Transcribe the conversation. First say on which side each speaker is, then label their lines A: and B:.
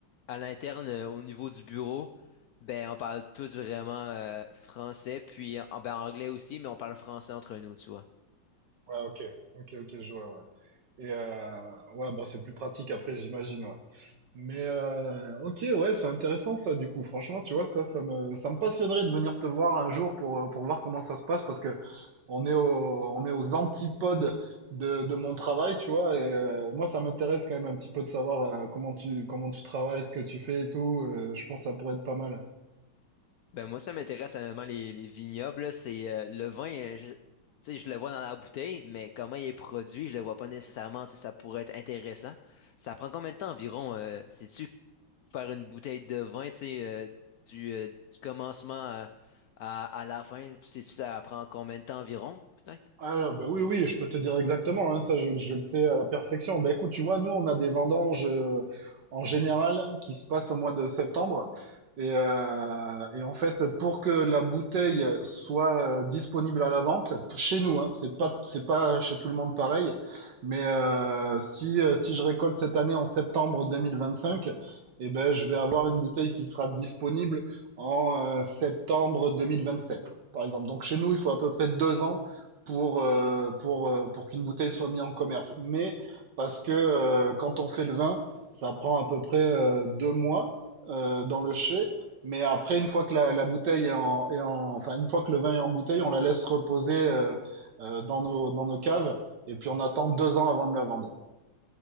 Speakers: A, on the left; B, on the right.
A: à l'interne, euh, au niveau du bureau, ben, on parle tous vraiment euh, français, puis en, ben, anglais aussi, mais on parle français entre nous, tu vois.
B: Ouais, ok, ok, ok, je vois, ouais. Et euh, ouais, bon, c'est plus pratique après, j'imagine, ouais. Mais euh, ok, ouais, c'est intéressant ça du coup. Franchement, tu vois, ça, ça me, ça me passionnerait de venir te voir un jour pour, euh, pour voir comment ça se passe parce que on est au- on est aux antipodes de, de mon travail, tu vois. Et euh, moi, ça m'intéresse quand même un petit peu de savoir euh, comment tu, comment tu travailles, ce que tu fais et tout. Euh, je pense que ça pourrait être pas mal.
A: Ben, moi, ça m'intéresse honnêtement, les, les vignobles, là, c'est euh, le vin, euh, je, tu sais, je le vois dans la bouteille, mais comment il est produit, je le vois pas nécessairement, tu sais, ça pourrait être intéressant. Ça prend combien de temps environ, euh, sais-tu, faire une bouteille de vin, tu sais, euh, du, euh, du commencement à, à, à la fin, sais-tu, ça prend combien de temps environ, peut-être?
B: Ah, bah oui, oui, je peux te dire exactement, hein, ça je, je le sais à la perfection. Bah écoute, tu vois, nous on a des vendanges euh, en général qui se passent au mois de septembre. Et, euh, et en fait, pour que la bouteille soit euh, disponible à la vente, chez nous, hein, c'est pas, c'est pas chez tout le monde pareil, mais euh, si, euh, si je récolte cette année en septembre 2025, eh ben, je vais avoir une bouteille qui sera disponible en euh, septembre 2027, par exemple. Donc chez nous, il faut à peu près deux ans pour, euh, pour, euh, pour qu'une bouteille soit mise en commerce. Mais parce que euh, quand on fait le vin, ça prend à peu près euh, deux mois euh, dans le chai. Mais après, une fois que la, la bouteille est en, est en- enfin, une fois que le vin est en bouteille, on la laisse reposer euh, euh, dans nos, dans nos caves. Et puis on attend deux ans avant de la vendre.